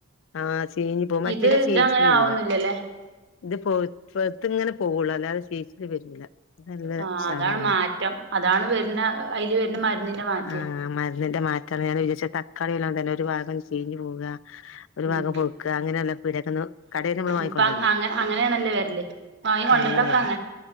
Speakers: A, on the left; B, on the right.
A: ആഹ് തീഞ്ഞി പോ മറ്റേത
B: ഇത്
A: ചേച്ചിക്ക്
B: ഇതങ്ങനെ
A: വരൂല
B: ആവൊന്നുല്ലല്ലേ
A: ഇത് പോ <unintelligible> ഇങ്ങനെ പോകുള്ളൂ അല്ലാതെ ചി <unintelligible> നല്ല
B: ആഹ്
A: സാറാണ്
B: അതാണ് മാറ്റം അതാണ് വരുന്ന അയില് വരുന്ന മരുന്നിന്റെ മാറ്റേ
A: ആ മരുന്നിന്റെ മാറ്റമാണ് ഞാൻ വിചരിച്ച തക്കാളില്ലാം തന്നെ ഒരു ഭാഗം ചീഞ്ഞു പോക ഒരു
B: ഉം
A: ഭാഗം പൊക്ക അങ്ങനെല്ല പീടിയെന്നു കടയിൽ നമ്മള് വാങ്ങിക്കൊണ്ട
B: ഇപ്പ
A: വന്ന്
B: അങ്ങ അങ്ങനെയാണല്ലേ വരല് വാങ്ങി
A: അപ്പ
B: കൊണ്ടരലൊക്കെ
A: അങ്ങനെ വരുന്നു